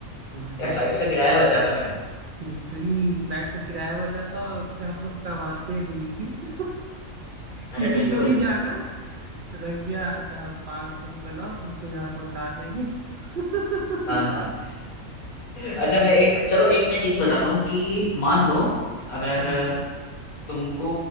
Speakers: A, on the right; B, on the left.
A: था भाई
B: यार फ्लाइट्स का किराया बच जाता मेरा
A: लिटरली फ्लैट का किराया बच जाता और उससे हम लोग कमाते भी <laughs>
B: अरे
A: किसी
B: बिल्कुल
A: को भी जाना है, रख दिया अच्छा पाँच सौ रुपये लाओ तुमको यहाँ पहुंचा देंगे <laughs> कितना
B: हाँ हाँ अच्छा मैं एक चलो एक मैं चीज बताता हूँ कि मान लो अगर
A: हाँ
B: तुमको